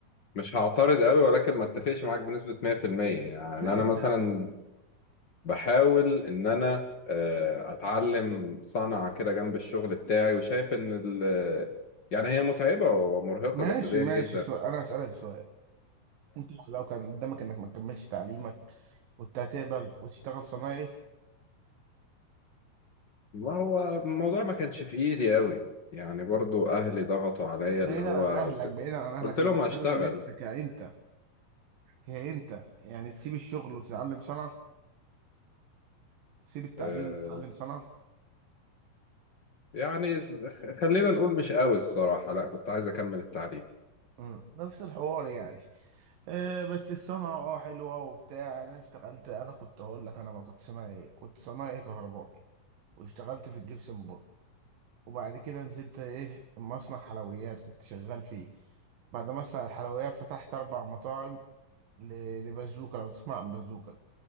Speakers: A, on the left; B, on the right.
A: مش هعترض قوي ولكن ما اتفقش معاك بنسبة 100% يعني
B: لا
A: أنا
B: الت...
A: مثلا بحاول إن أنا آه، أتعلم صنعة كده جنب الشغل بتاعي وشايف إن ال يعني هي متعبة ومرهقة
B: ماشي
A: جسديا
B: ماشي
A: جدا
B: سؤال انا هسألك سؤال انت لو كان قدامك انك ما تكملش تعليمك كنت هتقبل وتشتغل صنايعي
A: ما هو الموضوع ما كانش في ايدي قوي يعني برضو اهلي ضغطوا عليا
B: بعيدا
A: اللي هو
B: عن اهلك
A: قلت,
B: بعيدا عن اهلك
A: قلت
B: انا
A: لهم
B: بتكلم
A: هشتغل
B: انت كأنت كأنت يعني تسيب الشغل وتتعلم صنعة تسيب التعليم
A: آه،
B: وتتعلم صنعة
A: يعني ز- خلينا نقول مش قوي الصراحة لا كنت عايز اكمل التعليم
B: مم. نفس الحوار يعني آه بس الصنعة اه حلوة وبتاع انا اشتغلت انا كنت هقول لك انا بقى كنت صنايعي ايه كنت صنايعي كهربائي واشتغلت في الجبسن بورد وبعد كده نزلت ايه مصنع حلويات كنت شغال فيه بعد مصنع الحلويات فتحت اربع مطاعم ل- لبازوكا لو تسمع عن بازوكا